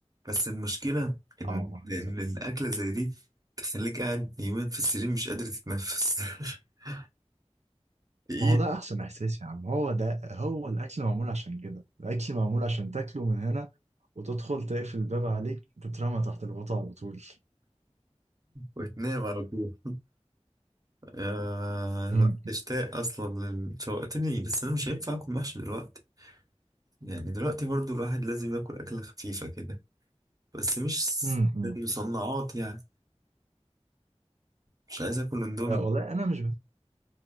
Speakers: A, on the right; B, on the right.
A: بس المشكله ان
B: اه
A: ان
B: سلام.
A: الاكله زي دي تخليك قاعد يومين في السرير مش قادر تتنفس <laughs> تقيل
B: ما هو ده احسن احساس يا عم هو ده هو الاكل معمول عشان كده الاكل معمول عشان تاكله من هنا وتدخل تقفل الباب عليك تترمى تحت الغطاء على طول
A: وتنام على طول آه
B: امم
A: اشتاق اصلا لل- شوقتني بس انا مش هينفع اكل محشي دلوقتي يعني دلوقتي برضو الواحد لازم ياكل اكله خفيفه كده بس مش س-
B: امم
A: مصنعات يعني مش عايز اكل اندومي
B: آه والله انا مش بحب